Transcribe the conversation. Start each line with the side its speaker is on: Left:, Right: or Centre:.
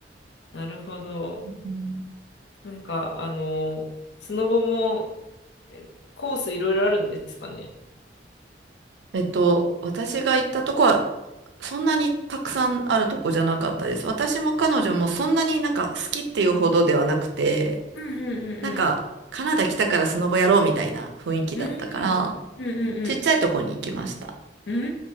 Left: なるほど。
Right: うん
Left: なんか、あの、スノボもえコースいろいろあるんですかね。
Right: えっと、私が行ったとこは、そんなにたくさんあるとこじゃなかったです。私も彼女もそんなになんか好きっていうほどではなくて、
Left: うんうんうん
Right: なんか、カナダ来たからスノボやろうみたいな雰囲気だったから、
Left: うん。うんうんうん
Right: ちっちゃいとこに行きました。
Left: うん。